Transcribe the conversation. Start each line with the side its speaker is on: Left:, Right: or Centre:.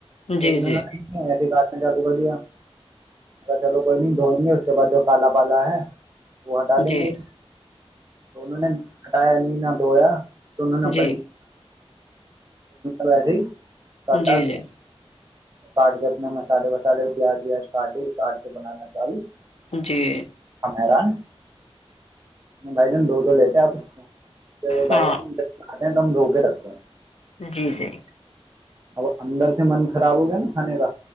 Left: جی
Right: اتن
Left: جی
Right: نہ ایسے کارشن چالو کر دیا چلو کوئی نہیں دھوئیں گے اس کے بعد جو کالا پالا ہے وہ ہٹا دیں
Left: جی
Right: گے تو انہوں نے ہٹایا نہیں نا دویا دوں نے اپ
Left: جی
Right: ویسے ہی کرتا
Left: جی جی
Right: کاٹ کے اپنے مسالے وسالے پیاز ویاز کاٹی چار سے بنانا چالو
Left: جی
Right: ہ میران بھائی جان دو تو لیتے آپ اچا تو بھائی
Left: ہاں
Right: دھو کے رکھتے ہیں
Left: جی جی
Right: اب اندر سے من خراب ہو گیا نا کھانے کا